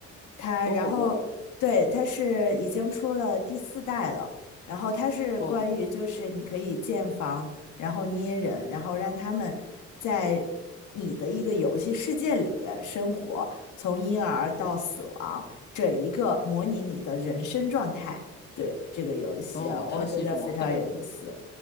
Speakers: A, on the left (about 80°); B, on the left (about 35°).
A: 它然后对，
B: 哦，我
A: 它是已经出了第四代了。然后它是关于就是你可以建房，
B: 哦
A: 然后捏人，然后让他们在你的一个游戏世界里生活，从婴儿到死亡，整一个模拟你的人生状态。对，这个游戏啊我觉得非常有意思。
B: 哦，它是一种代入。